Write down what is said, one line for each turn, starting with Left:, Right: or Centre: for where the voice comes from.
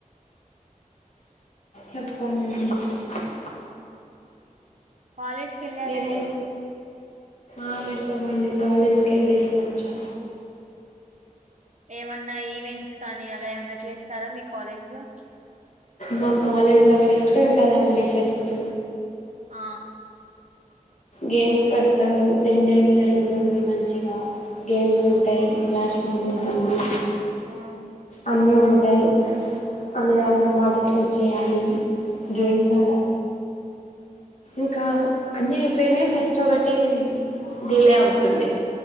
Left: <unintelligible>
Right: కాలేజ్కి ఎళ్ళారా
Left: ఏదై
Right: అండీ
Left: ఆ వెళ్లామండి కాలేజ్కి ఎళ్ళేసి వచ్చా
Right: ఏమన్నా ఈవెంట్స్ కానీ అలా ఏమన్నా చేస్తారా మీ కాలేజ్ లో
Left: మా కాలేజ్ల ఫెస్ట్ ఉంటదండి ఫెస్ట్
Right: ఆ
Left: గేమ్స్ పెడతారు టెన్ డేస్ జరుగుతుంది మంచిగా గేమ్స్ ఉంటాయి ఫ్లాష్ బాగుంటుంది
Right: ఆ
Left: అన్నీ ఉంటాయి అన్ని దాంట్లో పార్టిసిపేట్ జెయాలి
Right: ఆ
Left: గేమ్స్ ఆడలి ఇకా అన్ని ఐపెయినయ్ ఫస్ట్ ఒకటి డిలే అవుతుంది